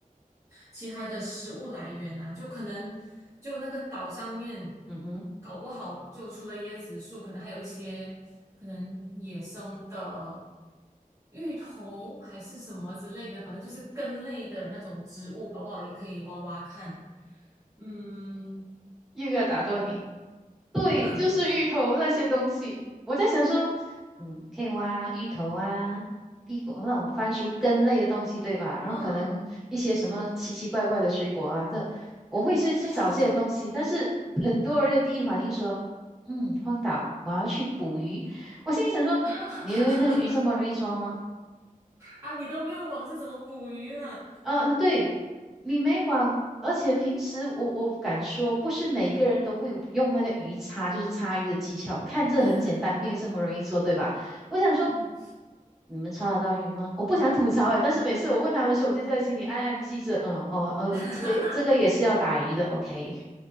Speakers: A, on the right; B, in the centre.
A: 其他的食物来源啊，就可能就那个岛上面，
B: 嗯哼，
A: 搞不好就除了椰子树，可能还有一些可能野生的芋头还是什么之类的，反正就是根类的那种植物，搞不好也可以挖挖看。嗯
B: 又要打断你。对，
A: 嗯
B: 就是芋头那些东西。我在想说，嗯，可以挖芋头啊，地瓜那种番薯根类的东西，对吧？然后可能一些什么奇奇怪怪的水果啊，
A: 嗯，
B: 这我会是去找这些东西。
A: 对啊，
B: 但是 <laughs> 很多人的第一反应说，嗯，荒岛，我要去捕鱼。我心里想说，
A: <laughs>
B: 你以为那个鱼这么容易抓吗？
A: 啊，你都没有网是怎么捕鱼呢？
B: 啊，对。你没网，而且平时我我敢说，不是每个人都会用那个鱼叉，就是叉鱼的技巧。看这很简单，
A: 对呀，
B: 并不这么容易做，
A: 对呀，
B: 对吧？我想说，
A: 那
B: 你们叉得到鱼吗？我不想吐槽诶，但是每次我问他们说，我就在心里暗暗记着，嗯，哦，哦，
A: <laughs>
B: 这个也这个也是要打鱼的，OK。